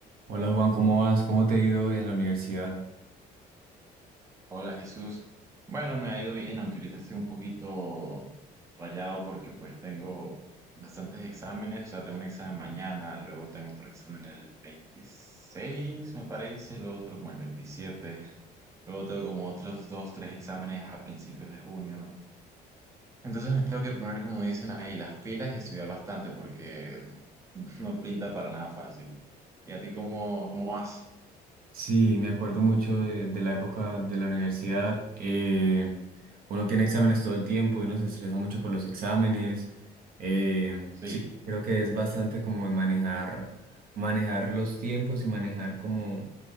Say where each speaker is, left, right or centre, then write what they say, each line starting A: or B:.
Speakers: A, on the right; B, on the right.
A: Hola Juan, ¿cómo vas? ¿Cómo te ha ido en la universidad?
B: Hola Jesús. Bueno, me ha ido bien, aunque ahorita estoy un poquito rayado porque pues tengo bastantes exámenes, o sea, tengo un examen mañana, luego tengo otro examen el 26, me parece, y luego otro como el 27. luego tengo como otros dos, tres exámenes a principios de junio. Entonces me tengo que poner, como dicen ahí, las pilas y estudiar bastante porque <laughs> no pinta para nada fácil. ¿Y a ti cómo, cómo vas?
A: Sí, me acuerdo mucho de, de la época de la universidad. eh, uno tiene exámenes todo el tiempo y uno se estresa mucho por los exámenes. eh,
B: Sí.
A: sí, creo que es bastante como de manejar, manejar los tiempos y manejar como